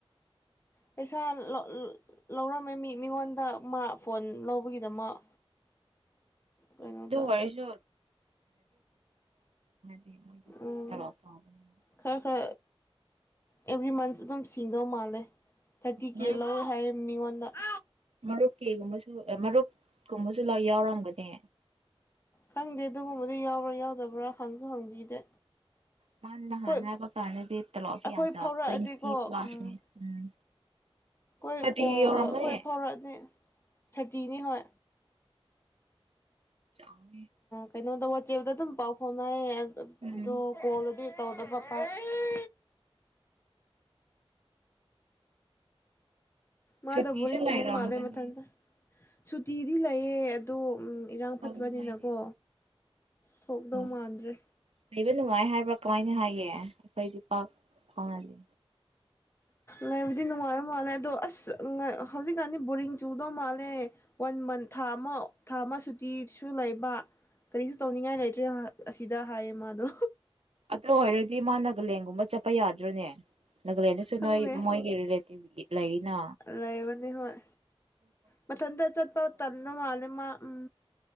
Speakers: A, on the left; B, on the right.
A: ꯄꯩꯁꯥ ꯂ ꯂꯧꯔꯝꯃꯦ ꯃꯤ ꯃꯤꯉꯣꯟꯗ ꯃꯥ ꯐꯣꯟ ꯂꯧꯕꯒꯤꯗꯃꯛ ꯀꯩꯅꯣꯗ
B: ꯑꯗꯨ ꯑꯣꯏꯔꯁꯨ <unintelligible>
A: ꯎꯝ
B: ꯇꯣꯂꯣꯞ ꯆꯥꯎꯕꯅꯤꯅ
A: ꯈꯔ ꯈꯔ ꯑꯦꯚ꯭ꯔꯤ ꯃꯟꯁ ꯑꯗꯨꯝ ꯁꯤꯡꯗꯧ ꯃꯥꯜꯂꯦ ꯊꯔꯇꯤ ꯀꯦ
B: ꯃꯔꯨꯞ
A: ꯂꯧꯑꯦ ꯍꯥꯏꯌꯦ ꯃꯤꯉꯣꯟ ꯅ <inaudible>
B: ꯃꯔꯨꯞꯀꯤꯒꯨꯝꯕꯁꯨ ꯃꯔꯨꯞꯀꯨꯝꯕꯁꯨ ꯂ ꯌꯥꯎꯔꯝꯒꯅꯦ
A: ꯈꯪꯗꯦ ꯑꯗꯨꯒꯨꯝꯕꯗ ꯨ ꯌꯥꯎꯕ꯭ꯔꯥ ꯌꯥꯎꯗꯕ꯭ꯔꯥ ꯍꯪꯁꯨ ꯍꯪꯕꯤꯗꯦ
B: ꯃꯥꯅ ꯅꯍꯥꯟꯅ
A: ꯍꯣꯏ
B: ꯍꯥꯏꯕ ꯀꯥꯟꯗꯗꯤ ꯇꯣꯂꯣꯞꯁꯦ
A: ꯑꯩꯈꯣꯏ
B: ꯌꯥꯝ ꯆꯥꯎ
A: ꯐꯥꯎꯔꯛꯑꯗꯤꯀꯣ
B: ꯇ꯭ꯨꯌꯦꯟꯇꯤ ꯄ꯭ꯂꯁꯅꯦ
A: ꯎꯝ
B: ꯎꯝ
A: ꯑꯩꯈꯣꯏ
B: ꯊꯥꯔꯇꯤ
A: ꯀꯣ
B: ꯌꯧꯔꯝꯒꯅꯤ
A: ꯑꯩꯈꯣꯏ ꯐꯥꯎꯔꯛꯑꯅꯤ ꯊꯔꯇꯤꯅꯦ ꯍꯣꯏ
B: <unintelligible>
A: ꯀꯩꯅꯣꯗ ꯋꯥꯆꯦꯞꯇ ꯗꯨꯝ ꯄꯥꯎ ꯐꯥꯎꯅꯩꯌꯦ <unintelligible>
B: ꯎꯝ
A: ꯁꯤ ꯇꯧꯗꯕ ꯐꯩ ꯃꯥꯗꯣ
B: ꯁꯨꯇꯤꯁꯨ
A: ꯕꯣꯔꯤꯡ
B: ꯂꯩꯔꯝꯒꯅꯤ
A: ꯆꯨꯕ ꯃꯥꯜꯂꯦ ꯃꯊꯟꯗ ꯁꯨꯇꯤꯗꯤ ꯂꯩꯌꯦ ꯑꯗꯣ ꯎꯝ ꯏꯔꯥꯡ ꯐꯠꯇꯕꯅꯤꯅꯀꯣ
B: ꯊꯣꯛꯅꯤꯡꯉꯥꯏꯗꯤ
A: ꯊꯣꯛꯗꯧ
B: ꯎꯝ
A: ꯃꯥꯟꯗ꯭ꯔꯦ
B: ꯂꯩꯕ ꯅꯨꯡꯉꯥꯏ ꯍꯥꯏꯕ꯭ꯔꯥ ꯀꯃꯥꯏꯅ ꯍꯥꯏꯒꯦ ꯑꯩꯈꯣꯏꯗꯤ ꯄꯥꯛ ꯐꯥꯎꯅꯗꯦ
A: ꯂꯩꯕꯗꯤ ꯅꯨꯡꯉꯥꯏꯕ ꯃꯥꯜꯂꯦ ꯑꯗꯣ ꯑꯁ ꯍꯧꯖꯤꯛꯀꯥꯟꯗꯤ ꯕꯣꯔꯤꯡ ꯆꯨꯗꯧ ꯃꯥꯜꯂꯦ ꯋꯥꯟ ꯃꯟ ꯊꯥ ꯑꯃ ꯊꯥ ꯑꯃ ꯁꯨꯇꯤꯁꯨ ꯂꯩꯕ ꯀꯔꯤꯁꯨ ꯇꯧꯅꯤꯡꯉꯥꯏ ꯂꯩꯇ꯭ꯔꯦ ꯑꯁꯤꯗ ꯍꯥꯏꯌꯦ ꯃꯥꯗꯣ
B: ꯑꯗꯣ ꯑꯣꯏꯔꯗꯤ ꯃꯥ ꯅꯥꯒꯥꯂꯦꯟꯒꯨꯝꯕ ꯆꯠꯄ ꯌꯥꯗ꯭ꯔꯣꯅꯦ ꯅꯥꯒꯥꯂꯦꯟꯗꯁꯨ
A: ꯈꯪꯗꯦ
B: ꯅꯣꯏ ꯃꯣꯏꯒꯤ ꯔꯤꯂꯦꯇꯤꯚ ꯂꯩꯔꯤꯅꯥ
A: ꯂꯩꯕꯅꯤ ꯍꯣꯏ ꯃꯊꯟꯇ ꯆꯠꯄ ꯇꯜꯂ ꯃꯥꯜꯂꯦ ꯃꯥ ꯎꯝ